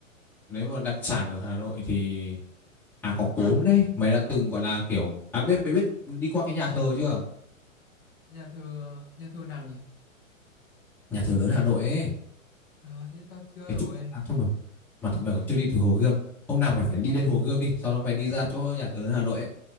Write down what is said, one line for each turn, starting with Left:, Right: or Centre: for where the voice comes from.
Centre: nếu mà đặc sản ở Hà Nội thì À có cốm đấy, mày đã từng gọi là kiểu à biết biết biết đi qua cái nhà thờ chưa?
Left: Nhà thờ nhà thờ nào nhỉ?
Centre: Nhà thờ lớn Hà Nội ấy,
Left: À thế tao chưa
Centre: cái
Left: rồi.
Centre: chỗ mà à, thôi mà mà thật mày còn chưa đi từ Hồ Gươm. Hôm nào mày phải đi đến Hồ Gươm đi, sau đó mày đi ra chỗ nhà thờ lớn Hà Nội ấy,